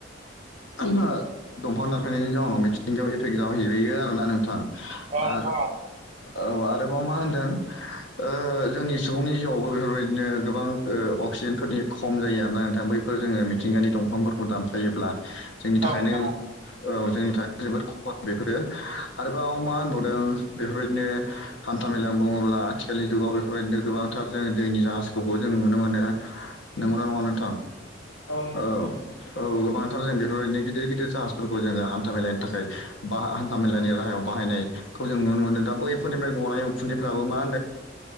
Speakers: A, on the left; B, on the right.
A: ओंहो दंफां दानफायनायनि जाउनाव मिथिंगायाव एफेक्ट जाहोयो बेयो आरोना नोंथां।
B: औ
A: औ
B: औ नोंथां
A: आरोबाव मा होनदों ओ जोंनि सुबुंनि जिउआवबो बेफोरबायदिनो गोबां अक्सिजेनफोरनि खम जायो आरोना नोंथां बै फोर जोङो मिथिंगानि दंफांफोरखौ दानफायोब्ला जोंनि थाखायनो
B: औ नोंथां
A: औ जोंनि थाखाय जोबोद खहा बेफोरो आरोबाव मा होनबावदों बेफोरबायदिनो हान्था मेला बुङोब्ला आथिखालनि जुगाव बेफोरबायदिनो गोबांथार जोङो दैनि जाहाज जों नुनो मोनो नंगौना नङा नोंथां औ नंगौ औ औ गोबां <unintelligible> जों बेफोरबायदिनो गिदिर गिदिर जाहाजफोरखौ जोङो हान्था मेलानि थाखाय बा हान्था मेलानि राहायाव बाहायनाय खौ जों नुनो मोनदों दा बैफोरनिफ्राय गनाय उखुन्दैफ्राबो मा होनदों